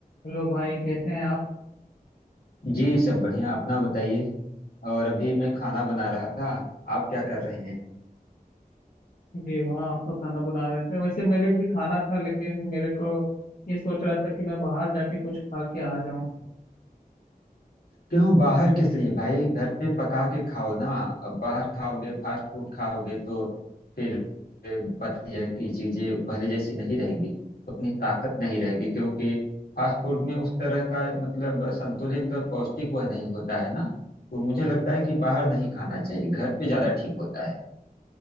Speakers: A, on the left; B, on the left.
A: Hello भाई कैसे हैं आप
B: जी सब बढ़िया अपना बताइए और अभी मैं खाना बना रहा था आप क्या कर रहे हैं
A: जी वहाँ आप तो खाना बना रहे थे वैसे मेरे को भी खाना था लेकिन मेरे को ये सोच रहा था कि मैं बाहर जाके कुछ खा के आ जाऊँ
B: क्यों बाहर किस लिए भाई घर पे पका के खाओ ना अब बाहर खाओगे फास्ट फूड खाओगे तो फिर ए, पता ही है कि चीजें पहले जैसी नहीं रहेंगी उतनी ताकत नहीं रहेगी क्योंकि फास्ट फूड में उस तरह का मतलब संतुलित और पौष्टिक वह नहीं होता है ना तो मुझे लगता है कि बाहर नहीं खाना चाहिए घर पे ज्यादा ठीक होता है